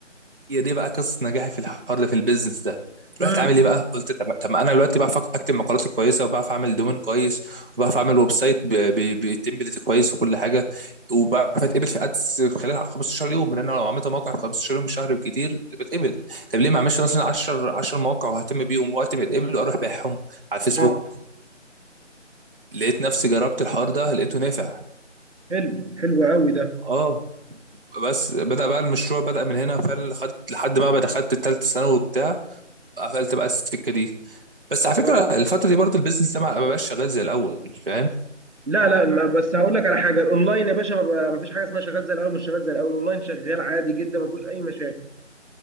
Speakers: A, on the right (about 45°); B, on the right (about 70°).
A: هي دي بقى قصه نجاحي في الحوار ده في البيزنس ده
B: امم
A: رحت عامل ايه بقى قلت طب طب ما انا دلوقتي بعرف اكتب مقالات كويسه وبعرف اعمل دومين كويس وبعرف اعمل ويب سايت ب- ب- بتمبلت كويس وكل حاجه وبعرف اتقبل في ادس خلال 15 يوم لان انا لو عملت موقع في 15 يوم شهر بكتير بتقبل طب ليه ما اعملش مثلا 10 10 مواقع واهتم بيهم وقت ما يتقبلوا اروح بايعهم على الفيسبوك
B: اه
A: لقيت نفسي جربت الحوار ده لقيته نافع
B: حلو حلو قوي ده
A: اه بس بدأ بقى المشروع بدأ من هنا فعلا خدت لحد ما دخلت التالتة ثانوي وبتاع قفلت بقى السكة دي بس على فكرة
B: اه
A: الفترة دي برضو البيزنس ده ما ما بقاش شغال زي الأول فاهم
B: لا لا ما بس هقول لك على حاجه الاونلاين يا باشا ما بقى- ما فيش حاجه اسمها شغال زي الاول مش شغال زي الاول الاونلاين شغال عادي جدا ما فيهوش اي مشاكل